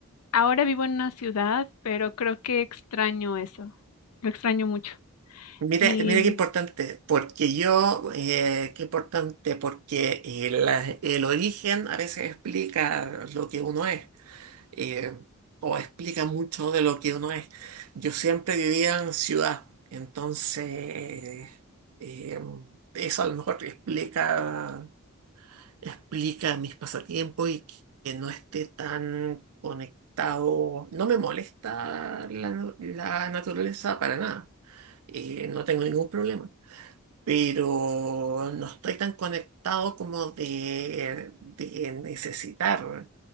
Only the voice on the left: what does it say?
ahora vivo en una ciudad, pero creo que extraño eso, lo extraño mucho.
Y